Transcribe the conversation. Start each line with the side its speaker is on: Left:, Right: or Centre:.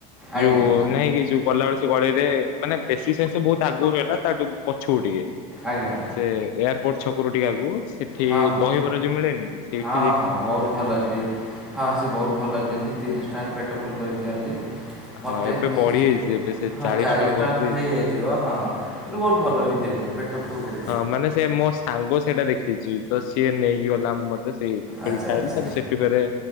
Centre: ଆଜ୍ଞା
Left: ଯଉ ନହିଁ କି ଯୋ ଗଲାବେଳେ ସେ ଗଳିରେ ମାନେ ବେଶୀ ସେସ୍ ବୋହୁତ୍ ଆଗକୁ ରହିଲା ତାଠୁ ପଛକୁ ଟିକେ।
Centre: ଆଜ୍ଞା।
Left: ସେ ଏୟାରପୋର୍ଟ ଛକରୁ ଟିକେ ଆଗକୁ ସେଠି
Centre: ହଁ ହଁ
Left: ଦହିବରା ଯୋଉ ମିଳେନି, ସେଇଠ
Centre: ହଁ ହଁ, ବୋହୁତ୍ ଭଲ ଦିଏ। ହଁ ସେ ବୋହୁତ୍ ଭଲ ଦିଅନ୍ତି। ତିରିଶ ଟାଣ୍ଡ ପେଟ ଫୁଲ୍ କରିିକି ଦିଅନ୍ତି ମୋତେ
Left: ହଁ ଏବେ ବଢି
Centre: ସେ ସେ,
Left: ଯାଇଛି ଏବେ ସେ
Centre: ହଁ
Left: ଚାଳିଶ
Centre: ଚାଳିସି
Left: କରିଦେଇଛନ୍ତି
Centre: ଟଙ୍କା ହେଇଯାଇଥିବ, ହଁ କିନ୍ତୁ ବୋହୁତ୍ ଭଲ
Left: ହଁ।
Centre: ବି ଦିଅନ୍ତି। ପେଟଫୁଲ୍ ହେ
Left: ହଁ ମାନେ ସେ ମୋ ସାଙ୍ଗ ସେଇଟା ଦେଖିଛି, ତ ସିଏ ନେଇକି ଗଲା ମ ତ ସେଇ, ସେଇଠି
Centre: ଆଚ୍ଛା
Left: ଖାଇଲୁ
Centre: ଆଚ୍ଛା।
Left: ତା ପରେ ସେ ସେଠି ଫେରେ